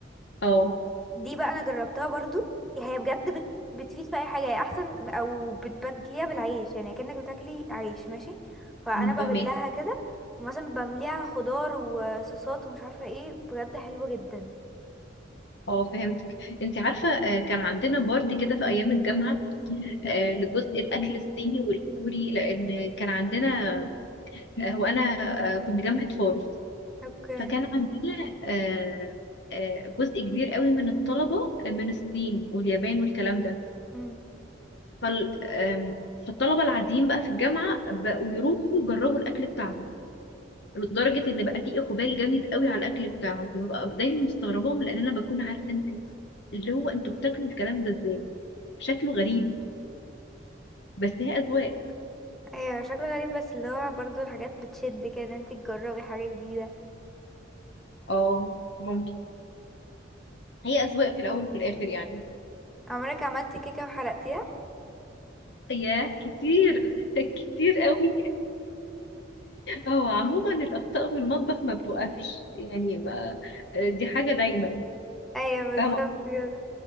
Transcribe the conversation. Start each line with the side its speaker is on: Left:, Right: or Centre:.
Left: اه
Centre: دي بقى انا جربتها برضو هي بجد بت... بتفيد في اي حاجه هي احسن او بتبدليها بالعيش يعني كأنك بتاكلي عيش ماشي فانا
Left: أنا فاهمك
Centre: ببلها كده ومثلا بمليها خضار وصوصات ومش عارفه ايه بجد حلوه جدا
Left: اه فهمتك انت عارفه آه، كان عندنا بورد كده في ايام الجامعه آه، لجزء الاكل الصيني والكوري لان كان عندنا آه، وانا آه، كنت جامعه فاروس
Centre: اوكي
Left: فكان عندنا آه، آه، جزء كبير قوي من الطلبه آه، من الصين واليابان والكلام ده
Centre: امم
Left: فال آم، فالطلبه العاديين بقى في الجامعه بقوا يروحوا يجربوا الاكل بتاعهم لدرجه ان بقى في اقبال جامد قوي على الاكل بتاعهم فببقى دايما مستغرباهم لان انا بكون عارفه انت اللي هو انتوا بتاكلوا الكلام ده ازاي شكله غريب بس هي اذواق
Centre: ايوه شكله غريب بس اللي هو برضو الحاجات بتشد كده ان انت تجربي حاجه جديده
Left: اه ممكن هي أذواق في الأول وفي الآخر يعني
Centre: عمرك عملتي كيكه وحرقتيها
Left: يا كتير <laughs> كتير قوي هو عموما الاخطاء في المطبخ ما بتوقفش يعني ما دي حاجه دايما
Centre: ايوه بالظبط
Left: فاهمة
Centre: كده